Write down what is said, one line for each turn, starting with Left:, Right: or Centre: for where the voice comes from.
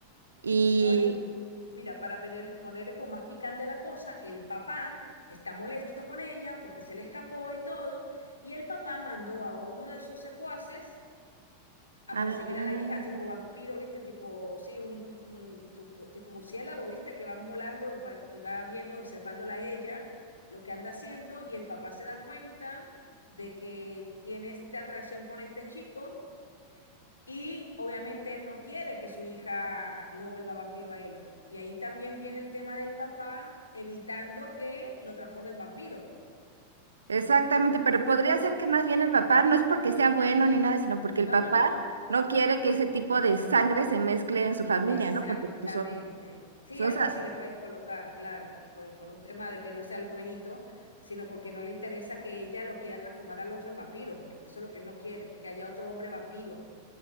Right: y...
Left: No, y, y mira, para poner- ponerle como más picante a la cosa, el papá está molesto con ella porque se le escapó y todo, y el papá mandó a uno de sus secuaces a
Right: Ah,
Left: perseguir
Right: ándale.
Left: a la hija, tipo vampiro, ¿viste? Tipo, sí, un, un tipo, tipo murciélago, ¿viste? Que van volando pues, y va viendo, observándola a ella, lo que anda haciendo, y el papá se da cuenta de que tiene esta atracción con este chico. Y obviamente él no quiere que su hija lo vuelva vampiro a él. Y ahí también viene el tema del papá evitando que lo transforme en vampiro,
Right: Exactamente, pero podría ser
Left: ¿no?
Right: que más bien el papá no es porque sea bueno ni nada, sino porque el
Left: No,
Right: papá
Left: no, no.
Right: no quiere que ese tipo de sangre se mezcle en su familia,
Left: Exactamente.
Right: ¿no? Porque pues son,
Left: Sí,
Right: son,
Left: algo
Right: sa-
Left: así le puedes colocar, claro, por, por un tema de que no sea el buenito, sino porque no le interesa que ella lo quiera transformar al otro en vampiro, porque eso es lo que él no quiere, que haya otro hombre vampiro.